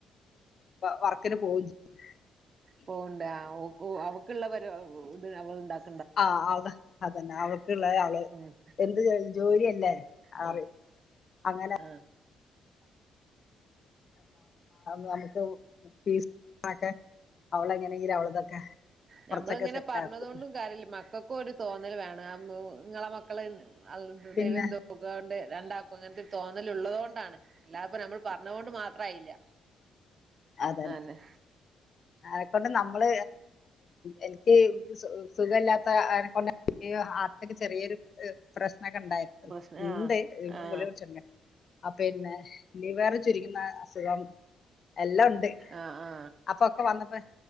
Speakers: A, on the left; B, on the right.
A: വർക്കിന് പോവും ചെയ്യും
B: പോവണ്ടാ അവക്കുള്ള ഇത് അവൾണ്ടാക്ക
A: ആഹ് അതന്നെ അവൾക്ക്ള്ള അവള്
B: ഉം
A: എന്ത് ജോലിയല്ലേ
B: ആ
A: ആറി അങ്ങനെ
B: ആ
A: നമുക്ക് ഫീസ് ആട്ടെ അവളങ്ങനെങ്കിലും അവളതൊക്കെ കുറച്ചൊക്കെ
B: ഞമ്മളിങ്ങനെ
A: സെറ്റ്
B: പറഞ്ഞതൊണ്ടും
A: ആക്കും
B: കാര്യമില്ല മക്കൾക്കും ഒരു തോന്നൽ വേണം ഇങ്ങളെ മക്കള അ
A: പിന്നെ
B: ദൈവം തോ-ക്കുകണ്ട് രണ്ടാക്കും അങ്ങനത്തെ ഒരു തോന്നല്ള്ള തോണ്ടാണ് അല്ലാപ്പ നമ്മൾ പറഞ്ഞുകൊണ്ട് മാത്രായില്ല
A: അതെ
B: അന്നെ
A: അതെക്കൊണ്ട് നമ്മ ൾ എനിക്ക് സുഖല്ലാത്തെ ആ - ചെറിയ പ്രശ്ന ക്കെ ഉണ്ടായി
B: പ്രശ്ന ആ
A: -ണ്ട്
B: ആ
A: ഗുളികട്ച്ചി ആ പിന്നെ ലിവർ ചുരിയുന്ന അസുഖം എല്ലാം ഉണ്ട്
B: ആ ആ
A: അപ്പൊക്കെ വന്നപ്പോ